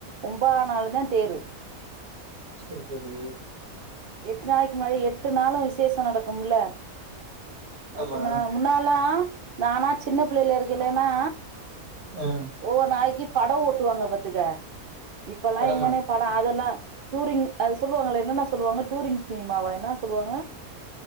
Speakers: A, on the right (about 50°); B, on the right (about 75°).
A: ஒம்பதாம் நாள் தான் தேரு
B: சேரி சேரி
A: எட்டு நாளைக்கு முன்னாடி எட்டு நாளும் விசேஷம் நடக்கும்ல எட்டுனா
B: ஆமா
A: முன்னாளா நானா சின்ன பிள்ளைையில இருக்கல்லன்னா
B: ம்
A: ஒவ்வொரு நாளைக்கு படம் ஓட்டுவாங்க பாத்துக்க இப்பல்லாம்
B: வடமா
A: எங்கனே படம் அதெல்லா டூரிங் அது சொல்லுவாங்க என்னன்னா சொல்லுவாங்க டூரிங் ஸீனிமாவா என்ன சொல்லுவாங்க